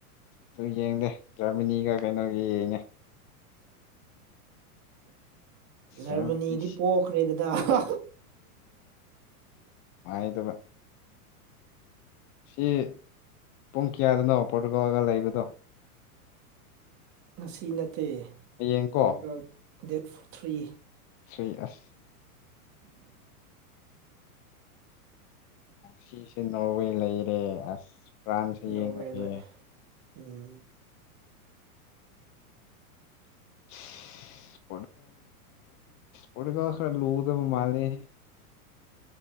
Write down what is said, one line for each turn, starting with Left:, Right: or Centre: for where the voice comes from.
Left: ꯑꯗꯨ ꯌꯦꯡꯗꯦ ꯖꯔꯃꯤꯅꯤꯒ ꯀꯩꯅꯣꯒꯤ ꯌꯦꯡꯉꯦ
Right: <inaudible> ꯖꯔꯃꯅꯤꯗꯤ
Left: ꯖꯔꯃꯅꯤ
Right: ꯄꯣꯛꯈ꯭ꯔꯦꯗꯅ
Left: ꯑꯩꯗꯨ ꯁꯤ ꯄꯨꯡ ꯀꯌꯥꯗꯅꯣ ꯄꯣꯔꯇꯨꯒꯣꯜꯒ ꯂꯩꯕꯗꯣ
Right: ꯉꯁꯤ ꯅꯠꯇꯦ
Left: ꯍꯌꯦꯡꯀꯣ
Right: ꯄ ꯗꯦꯠ ꯊ꯭ꯔꯤ
Left: ꯁ꯭ꯔꯤ ꯑꯁ
Right: ꯎꯝ
Left: ꯁꯤꯁꯦ ꯅꯣꯔꯋꯦ ꯂꯩꯔꯦ ꯑꯁ ꯐ꯭ꯔꯥꯟꯁꯁ
Right: ꯅꯣꯔꯋꯦ
Left: ꯌꯦꯡꯂꯡꯑꯦ
Right: ꯂꯥꯛꯑꯦ ꯎꯝ
Left: <inaudible> ꯐꯣꯣꯀ꯭ꯔꯣ ꯈ ꯂꯗꯃꯥꯦꯦ